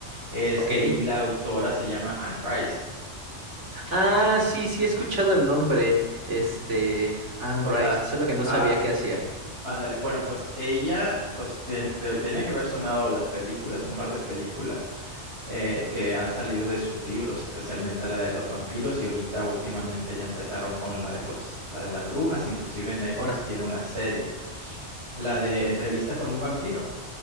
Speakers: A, on the right (about 65°); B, on the right (about 80°).
A: Este,
B: Ok.
A: y la autora se llama Anne Rice.
B: Ah, sí, sí he escuchado el nombre, este, Anne
A: Pues,
B: Rice,
A: a,
B: solo que no
A: a-
B: sabía qué hacía.
A: ándale, bueno, pues ella, pues tiene, creo- tiene que haber sonado las películas, un par de películas eh, que han salido de sus libros, especialmente la de los vampiros, y ahorita últimamente ya empezaron con la de los, la de las brujas, inclusive Netflix
B: Ahora.
A: tiene una serie, la de Entrevista con un vampiro,